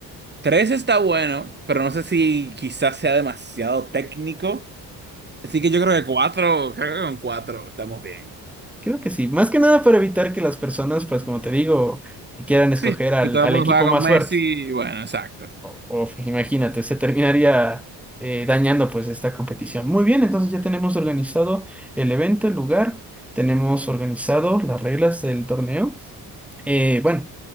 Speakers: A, on the right (about 20°); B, in the centre.
A: Tres está bueno, pero no sé si quizás sea demasiado técnico. Así que yo creo que cuatro, creo que con cuatro estamos bien.
B: Creo que sí, más que nada para evitar que las personas, pues como te digo, quieran escoger
A: Sí,
B: al,
A: que todo
B: al
A: el mundo
B: equipo
A: juega
B: más
A: con Messi,
B: fuerte.
A: bueno, exacto.
B: O, o, imagínate, se terminaría eh, dañando pues esta competición. Muy bien, entonces ya tenemos organizado el evento, el lugar, tenemos organizado las reglas del torneo. Eh, bueno.